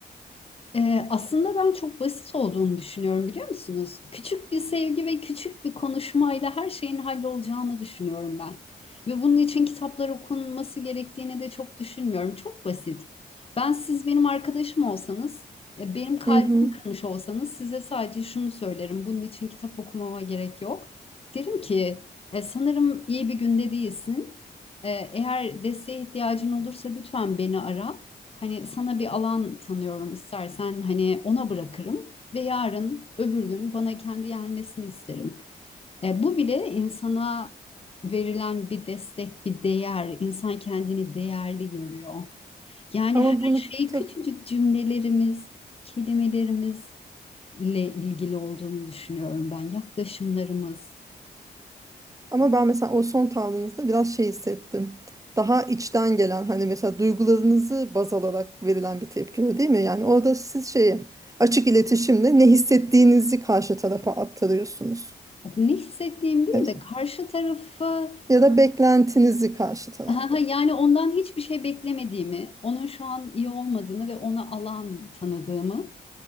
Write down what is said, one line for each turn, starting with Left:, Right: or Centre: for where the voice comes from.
Left: Ee, aslında ben çok basit olduğunu düşünüyorum biliyor musunuz? Küçük bir sevgi ve küçük bir konuşmayla her şeyin hallolacağını düşünüyorum ben. Ve bunun için kitaplar okunması gerektiğini de çok düşünmüyorum. Çok basit. Ben siz benim arkadaşım olsanız, e, benim kalbimi
Right: Hı hı.
Left: kırmış olsanız size sadece şunu söylerim. Bunun için kitap okumama gerek yok. Derim ki "E, sanırım iyi bir günde değilsin. E, eğer desteğe ihtiyacın olursa lütfen beni ara. Hani sana bir alan tanıyorum istersen hani ona bırakırım ve yarın öbür gün bana kendi gelmesini isterim. E, bu bile insana verilen bir destek, bir değer. İnsan kendini değerli görüyor. Yani
Right: Ama
Left: her
Right: bunu
Left: şey
Right: tabii
Left: küçücük cümlelerimiz, kelimelerimizle ilgili olduğunu düşünüyorum ben. Yaklaşımlarımız.
Right: ama ben mesela o son tavrınızda biraz şey hissettim. Daha içten gelen hani mesela duygularınızı baz alarak verilen bir tepki öyle değil mi? Yani orada siz şeyi açık iletişimle ne hissettiğinizi karşı tarafa aktarıyorsunuz.
Left: Bak ne hissettiğim değil
Right: Evet.
Left: de karşı tarafı
Right: Ya da beklentinizi karşı taraftan.
Left: Ha, yani ondan hiçbir şey beklemediğimi, onun şu an iyi olmadığını ve ona alan tanıdığımı